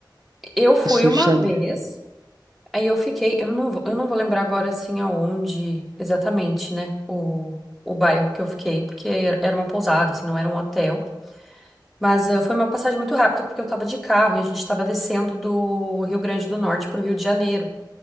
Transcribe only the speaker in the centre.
Eu fui
uma
vez, aí eu fiquei, eu não, vou- eu não vou lembrar agora assim aonde exatamente, né? O, o bairro que eu fiquei, porque era era uma pousada, assim, não era um hotel. Mas ah, foi uma passagem muito rápida porque eu estava de carro e a gente estava descendo do Rio Grande do Norte para o Rio de Janeiro.